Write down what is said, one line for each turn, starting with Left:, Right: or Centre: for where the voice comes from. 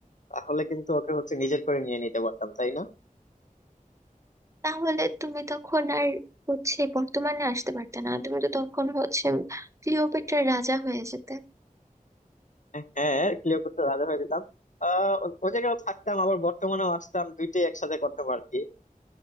Left: তাহলে কিন্তু ওকে হচ্ছে নিজের করে নিয়ে নিতে পারতাম তাই না
Right: তাহলে তুমি তখন আর হচ্ছে বর্তমানে আসতে পারতে না তুমি তো তখন হচ্ছে ক্লিওপেট্রার রাজা হয়ে যেতে
Left: হ্যাঁ ক্লিওপেট্রা রাজা হয়ে যেতাম আহ ও ও জায়গায়ও থাকতাম আবার বর্তমানেও আসতাম দুইটাই একসাথে করতাম আর কি